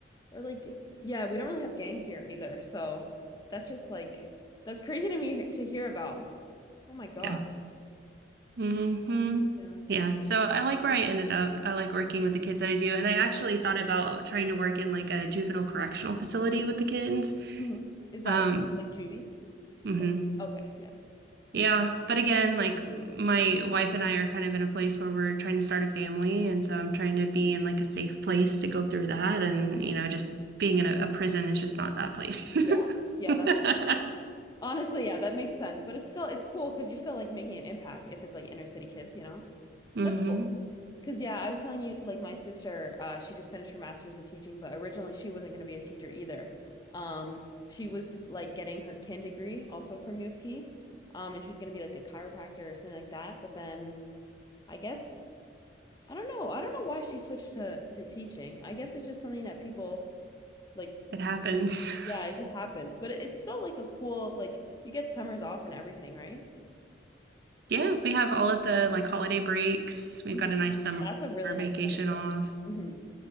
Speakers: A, on the left; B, on the right.
A: Or like, yeah, we don't really have gangs here either. So that's just like that's crazy to me to hear about. Oh my gosh.
B: Yeah. hmm
A: Yeah. Yeah.
B: Yeah. So I like where I ended up. I like working with the kids that I do. And I actually thought about trying to work in like a juvenile correctional facility with the kids.
A: Mhm. Is that
B: Um,
A: like like juvie?
B: hmm
A: Like okay, yeah.
B: Yeah, but again, like my wife and I are kind of in a place where we're trying to start a family, and so I'm trying to be in like a safe place to go through that, and
A: Mhm.
B: you know, just being in a, a prison is just not that place.
A: Yeah. Yeah,
B: <laughs>
A: that's fair. Honestly, yeah, that makes sense. But it's still it's cool because you're still like making an impact if it's like inner city kids, you know?
B: hmm
A: That's cool. Because, yeah, I was telling you, like, my sister, uh, she just finished her master's of teaching, but originally she wasn't going to be a teacher either. Um, she was like getting her kin degree also from U of T. Um, and she was going to be like a chiropractor or something like that. But then I guess, I don't know. I don't know why she switched to, to teaching. I guess it's just something that people like,
B: It happens.
A: yeah, it
B: <laughs>
A: just happens. But it- it's still like a cool, like, you get summers off and everything, right?
B: Yeah, we have all of the like holiday breaks. We've
A: Mhm.
B: got a nice summer
A: That's a really
B: vacation
A: nice benefit.
B: off.
A: hmm